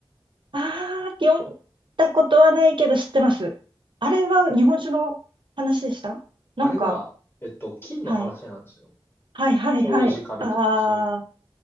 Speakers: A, on the right; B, on the left.
A: ああ、読んだことはないけど知ってます。あれは日本酒の話でしたなんか、
B: あれが、えっと、金の話なんですよ。
A: はい。はい、はい、
B: 麹カビとかそういうの。
A: はい。あ